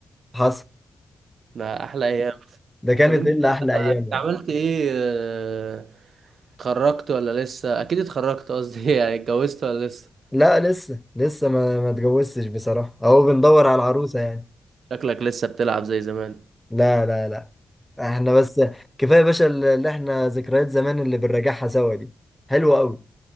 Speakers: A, in the centre; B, on the right (about 70°).
A: <laughs> حصل
B: ده احلى ايام
A: ده كانت
B: طب انت
A: الا احلى
B: انت
A: ايام يعني
B: عملت ايه آه، اتخرجت ولا لسه اكيد اتخرجت قصدي <laughs> يعني اتجوزت ولا لسه
A: لا لسه لسه ما ما اتجوزتش بصراحه اهو بندور على العروسه يعني
B: شكلك لسه بتلعب زي زمان
A: لا لا لا احنا بس كفايه يا باشا اللي احنا ذكريات زمان اللي بنراجعها سوا دي حلوه قوي